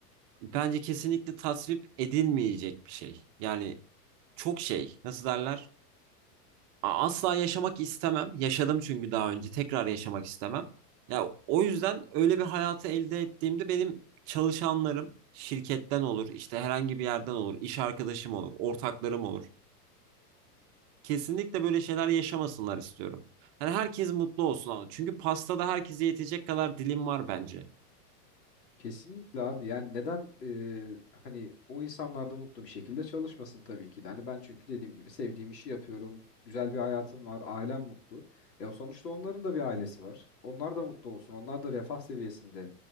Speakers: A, on the right; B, on the left.
A: bence kesinlikle tasvip edilmeyecek bir şey. Yani çok şey nasıl derler? A- Asla yaşamak istemem. Yaşadım çünkü daha önce. Tekrar yaşamak istemem. Ya o yüzden öyle bir hayatı elde ettiğimde benim çalışanlarım şirketten olur, işte herhangi bir yerden olur, iş arkadaşım olur, ortaklarım olur. Kesinlikle böyle şeyler yaşamasınlar istiyorum. Hani herkes mutlu olsun ama çünkü pastada herkese yetecek kadar dilim var bence.
B: Kesinlikle abi yani neden e, hani o insanlar da mutlu bir şekilde çalışmasın tabii ki de. Hani ben çünkü dediğim gibi sevdiğim işi yapıyorum. Güzel bir hayatım var, ailem mutlu. E o sonuçta onların da bir ailesi var. Onlar da mutlu olsun. Onlar da refah seviyesinde